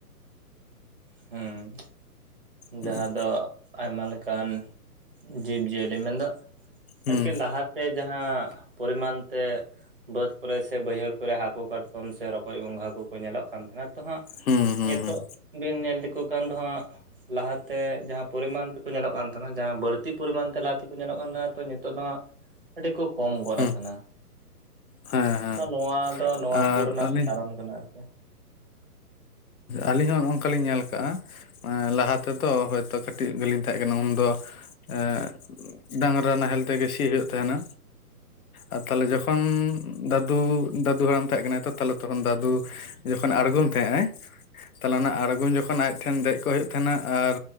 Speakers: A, on the right; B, on the left.
A: ᱦᱩᱸ᱾
B: ᱦᱩᱸ
A: ᱡᱟᱦᱟᱸ ᱫᱚ ᱟᱭᱢᱟ ᱞᱮᱠᱟᱱ ᱡᱤᱵᱽ ᱡᱤᱭᱟᱹᱞᱤ ᱢᱮᱱᱫᱚ
B: ᱦᱩᱸ
A: ᱟᱨᱠᱤ ᱞᱟᱦᱟ ᱛᱮ ᱡᱟᱦᱟᱸ ᱯᱚᱨᱤᱢᱟᱱ ᱛᱮ ᱵᱟᱹᱫᱽ ᱠᱚᱨᱮ ᱥᱮ ᱵᱟᱹᱭᱦᱟᱹᱲ ᱠᱚᱨᱮ ᱦᱟᱹᱠᱩ ᱠᱟᱴᱠᱚᱢ ᱥᱮ ᱨᱚᱠᱚᱡᱽ ᱜᱚᱸᱜᱷᱟ ᱠᱚᱠᱚ ᱧᱮᱞᱚᱜ ᱠᱟᱱ ᱛᱟᱦᱮᱸᱱᱟ ᱛᱚ ᱦᱟᱸᱜ
B: ᱦᱩᱸ ᱦᱩᱸ
A: ᱧᱮᱛᱳᱜ ᱵᱤᱱ ᱧᱮᱞ ᱞᱮᱠᱚ ᱠᱷᱟᱱ ᱫᱚ ᱦᱟᱸᱜ ᱞᱟᱦᱟᱛᱮ ᱡᱟᱦᱟᱸ ᱯᱚᱨᱤᱢᱟᱱ ᱛᱮᱠᱚ ᱧᱮᱞᱚᱜ ᱠᱟᱱ ᱛᱟᱦᱮᱸᱱᱟ ᱡᱟᱦᱟᱸ ᱵᱟᱹᱲᱛᱤ ᱯᱚᱨᱤᱢᱟᱱ ᱛᱮ ᱞᱟᱦᱟ ᱛᱮᱠᱚ ᱧᱮᱞᱚᱜ ᱠᱟᱱ ᱛᱟᱦᱮᱱᱟ ᱛᱚ ᱧᱮᱛᱳᱜ ᱫᱚ ᱦᱟᱸᱜ ᱟᱹᱰᱤ ᱠᱚ ᱠᱚᱢ ᱜᱚᱫ
B: ᱦᱩᱸ
A: ᱟᱠᱟᱱᱟ,
B: ᱦᱮᱸ ᱦᱮᱸ
A: ᱛᱚ ᱱᱚᱣᱟ ᱫᱚ ᱱᱚᱣᱟ
B: ᱟᱨ
A: ᱠᱚ ᱨᱮᱱᱟᱜ
B: ᱟᱹᱞᱤᱧ
A: ᱠᱟᱨᱚᱱ ᱠᱟᱱᱟ ᱟᱨ
B: ᱟᱹᱞᱤᱧ ᱦᱚᱸ ᱱᱚᱜᱼᱚ ᱱᱚᱝᱠᱟ ᱞᱤᱧ ᱧᱮᱞ ᱠᱟᱜᱼᱟ ᱞᱟᱦᱟ ᱛᱮ ᱛᱚ ᱦᱚᱭᱛᱳ ᱠᱟᱹᱴᱤᱡ ᱜᱮᱞᱤᱧ ᱛᱟᱦᱮᱸᱜ ᱠᱟᱱᱟ ᱩᱱᱫᱚ ᱮᱸ ᱰᱟᱝᱨᱟ ᱱᱟᱦᱮᱞ ᱛᱮᱜᱮ ᱥᱤ ᱦᱩᱭᱩᱜ ᱛᱟᱦᱮᱸᱱᱟ᱾ ᱟᱨ ᱛᱟᱦᱞᱮ ᱡᱚᱠᱷᱚᱱ ᱫᱟᱫᱩ ᱫᱟᱫᱩ ᱦᱟᱲᱟᱢ ᱛᱟᱦᱮᱸᱜ ᱠᱟᱱᱟᱭ ᱛᱚ ᱛᱟᱦᱞᱮ ᱛᱚᱠᱷᱚᱱ ᱫᱟᱫᱩ ᱡᱚᱠᱷᱚᱱ ᱟᱬᱜᱚᱢ ᱛᱟᱦᱮᱸᱜᱟᱭ, ᱛᱟᱦᱞᱮ ᱚᱱᱟ ᱟᱬᱜᱚᱢ ᱡᱚᱠᱷᱚᱱ ᱟᱡ ᱴᱷᱮᱱ ᱫᱮᱡ ᱠᱚᱜ ᱦᱩᱭᱩᱜ ᱛᱟᱦᱮᱸᱱᱟ ᱟᱨ